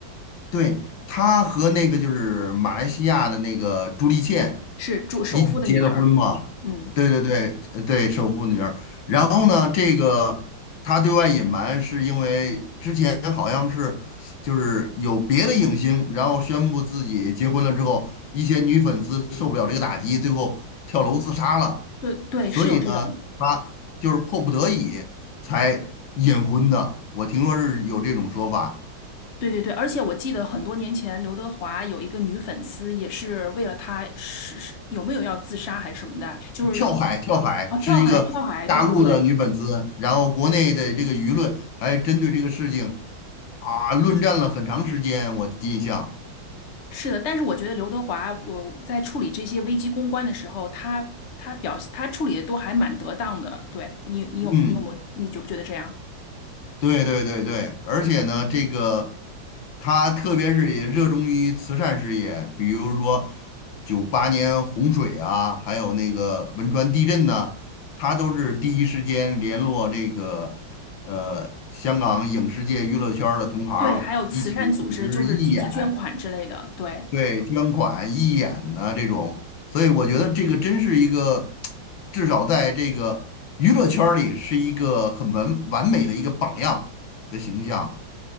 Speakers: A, on the left (about 75°); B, on the left (about 45°).
A: 对，他和那个就是马来西亚的那个朱丽倩
B: 是主首富的女儿。
A: 一起结的婚嘛，
B: 嗯，
A: 对对对，呃对，首富女儿。然后呢，这个他对外隐瞒是因为之前好像是就是有别的影星，然后宣布自己结婚了之后，一些女粉丝受不了这个打击，最后跳楼自杀了。
B: 对对，
A: 所以呢，
B: 是有这种，
A: 他就是迫不得已才隐婚的。我听说是有这种说法。
B: 对对对，而且我记得很多年前刘德华有一个女粉丝，也是为了他是是有没有要自杀还是什么的，就是以
A: 跳海，跳海是一个大陆的女粉丝，
B: 哦跳海跳海，对对对，
A: 然后国内的这个舆论还针对这个事情啊论战了很长时间，我印象。
B: 是的。但是我觉得刘德华，我在处理这些危机公关的时候，他他表现他处理的都还蛮得当的。对你，你有你有没有你觉不觉得这样？
A: 嗯，对对对对，而且呢，这个她特别是也热衷于慈善事业，比如说九八年洪水啊，还有那个汶川地震呐、她都是第一时间联络这个呃香港影视界娱乐圈儿的同行，
B: 对，还有慈善组织，
A: 一起组织义演。
B: 就是积极捐款之类的，对。
A: 对，捐款、义演呐、这种，所以我觉得这个真是一个，至少在这个娱乐圈儿里是一个很完完美的一个榜样的形象。